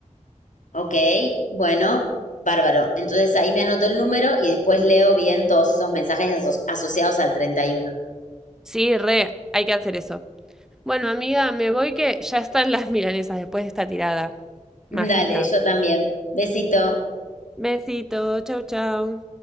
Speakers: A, on the left (about 75°); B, in the centre.
A: Ok, bueno, bárbaro. Entonces ahí me anoto el número y después leo bien todos esos mensajes aso asociados al 31.
B: Sí, re, hay que hacer eso. Bueno, amiga, me voy que ya están las milanesas después de esta tirada mágica.
A: Dale, yo también. Besito.
B: Besito, chau, chau.